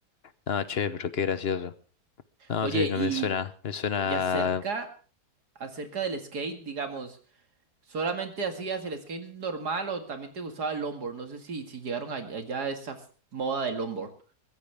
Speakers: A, on the left; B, on the right.
A: No, che, pero qué gracioso. No,
B: Oye,
A: sí, no
B: y,
A: me suena, me suena.
B: y acerca, acerca del skate, digamos, ¿solamente hacías el skate normal o también te gustaba el longboard? No sé si, si llegaron a- allá a esa f- moda del longboard.